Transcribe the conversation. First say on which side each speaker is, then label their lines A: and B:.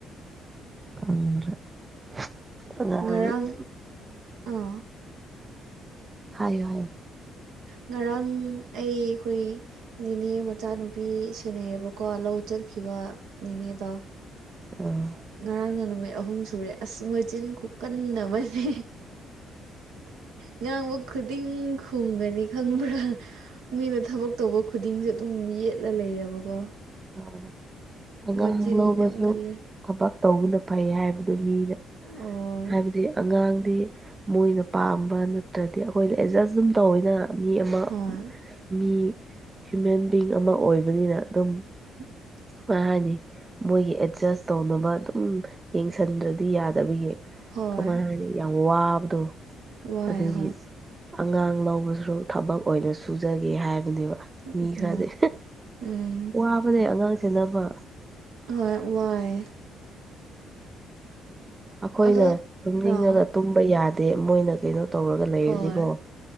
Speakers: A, on the right; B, on the right.
A: ꯈꯪꯗ꯭ꯔꯦ <unintelligible>
B: ꯉꯔꯥꯡ ꯑꯥ
A: ꯍꯥꯏꯌꯨ ꯍꯥꯏꯌꯣ
B: ꯉꯔꯥꯡ ꯑꯩ ꯑꯩꯈꯣꯏ ꯅꯦꯅꯦ ꯃꯆꯥꯅꯨꯄꯤ ꯁꯦꯟꯅꯩꯌꯦꯕꯀꯣ ꯂꯧ ꯆꯠꯈꯤꯕ ꯅꯦꯅꯦꯗꯣ
A: ꯑꯥ
B: ꯉꯔꯥꯡꯅ ꯅꯨꯃꯤꯠ ꯑꯍꯨꯝ ꯁꯨꯔꯦ ꯑꯁ ꯃꯆꯤꯟ ꯈꯨꯀꯟ ꯑꯃꯅꯦ ꯉꯥꯡꯕ ꯈꯨꯗꯤꯡ ꯈꯨꯝꯒꯅꯤ ꯈꯪꯕ꯭ꯔꯥ ꯃꯤꯅ ꯊꯕꯛ ꯇꯧꯕ ꯈꯨꯗꯤꯡꯁꯦ ꯑꯗꯨꯝ ꯌꯦꯠꯔ ꯂꯩꯌꯦꯕꯀꯣ
A: ꯍꯣꯏ ꯑꯉꯥꯡ
B: ꯃꯆꯤꯟ
A: ꯂꯧꯕꯁꯨ
B: ꯌꯥꯝ ꯀꯜꯂꯦ
A: ꯊꯕꯛ ꯇꯧꯕꯅ ꯐꯩ ꯍꯥꯏꯕꯗꯨ ꯃꯤꯅ
B: ꯑꯣꯏ
A: ꯍꯥꯏꯕꯗꯤ ꯑꯉꯥꯡꯗꯤ ꯃꯣꯏꯅ ꯄꯥꯝꯕ ꯅꯠꯇ꯭ꯔꯗꯤ ꯑꯩꯈꯣꯏꯅ ꯑꯦꯗꯖꯁ ꯑꯗꯨꯝ ꯇꯧꯋꯦꯗꯅ ꯃꯤ ꯑꯃ
B: ꯍꯣꯏ
A: ꯃꯤ ꯍ꯭ꯌꯨꯃꯦꯟ ꯕꯤꯡ ꯑꯃ ꯑꯣꯏꯕꯅꯤꯅ ꯑꯗꯨꯝ
B: ꯎꯝ <inaudible>
A: ꯃꯥꯅꯤ ꯃꯣꯏꯒꯤ ꯑꯦꯠꯖꯁ ꯇꯧꯅꯕ ꯑꯗꯨꯝ ꯌꯦꯡꯁꯟꯗ꯭ꯔꯗꯤ ꯌꯥꯗꯕꯒꯤ
B: ꯍꯣꯏ
A: ꯀꯃꯥꯏꯅ ꯍꯥꯏꯅꯤ ꯌꯥꯝ ꯋꯥꯕꯗꯣ
B: ꯋꯥꯏ
A: ꯑꯗꯨꯒꯤ
B: ꯍꯣꯏ
A: ꯑꯉꯥꯡ ꯂꯧꯕꯁꯨ ꯊꯕꯛ ꯑꯣꯏꯅ ꯁꯨꯖꯒꯦ ꯍꯥꯏꯕꯅꯦꯕ
B: ꯎꯝ
A: ꯃꯤ ꯈꯔꯗꯤ
B: ꯍꯣꯏ ꯎꯝ
A: ꯋꯥꯕꯅꯦ ꯑꯉꯥꯡ ꯁꯦꯟꯅꯕ
B: ꯍꯣꯏ ꯋꯥꯏꯌꯦ
A: ꯑꯩꯈꯣꯏꯅ
B: ꯑꯗꯣ
A: ꯇꯨꯝꯅꯤꯡꯉꯒ
B: ꯑꯥ
A: ꯇꯨꯝꯕ ꯌꯥꯗꯦ ꯃꯣꯏꯅ ꯀꯩꯅꯣ ꯇꯧꯔꯒ ꯂꯩꯔꯗꯤꯀꯣ
B: ꯍꯣꯏ